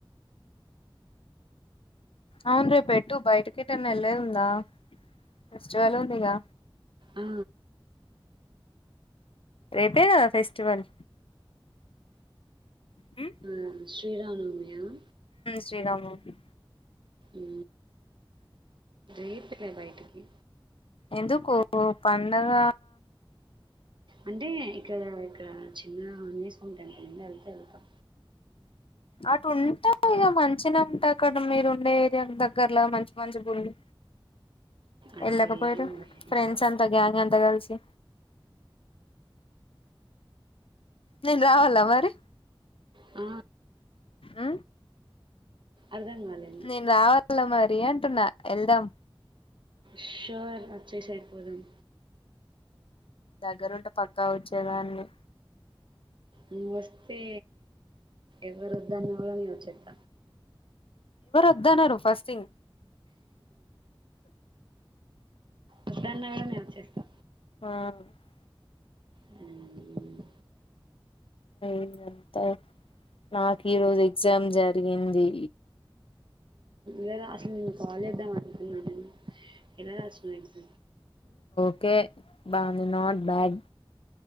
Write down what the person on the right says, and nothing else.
ఆ,
ఆ శ్రీరామనవమి కదా
ఊ రేపు రా బయటికి
అంటే ఇక్కడ ఇక్కడ చిన్న ఆంజనేయ స్వామి టెంపుల్ వుంది వెళ్తే వెళ్తా
అట్లేం
లేదు.
ఆ
అర్థం కాలేదు
షుర్ వచేసెయ్ పోదం
నువ్ వస్తే ఎవరు దాని విల్వనే విల్వ చెత
వస్తా అన్న కదా నేను వచ్చేస్తా
హ్మ్
లేద అసల్ నేను కాల్ జేద్దామనుకుంటున్నాను నేను తినరా స్వీట్స్